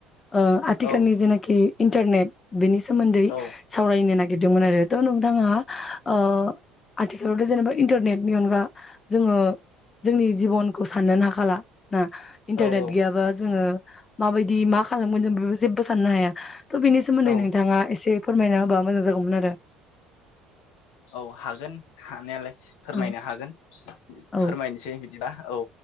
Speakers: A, on the left; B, on the left.
A: ओ आथिखालनि
B: औ
A: जेनेखि इन्टारनेट बेनि सो सोमोन्दै
B: औ
A: सावरायनो नागिर नागिरदोंमोन आरो त नोंथाङा‌ ओ आथिखालावथ‌ जेनेबा इन्टारनेटनि अनगा जोङो जोंनि जिबन खौ साननोनो हाखाला ना इन्टारनेट
B: औ औ
A: गैयाबा जोङो माबायदि मा खालामगोन जों बेबो जेबो साननो हाया थ' बिनि सोमोन्दै
B: औ
A: नोंथाङा एसे फोरमायना होबा मोजां जागौमोन आरो।
B: औ हागोन हानायालाय। फोरमायनो
A: औ
B: हागोन।
A: औ
B: फोरमायनोसै बिदिबा औ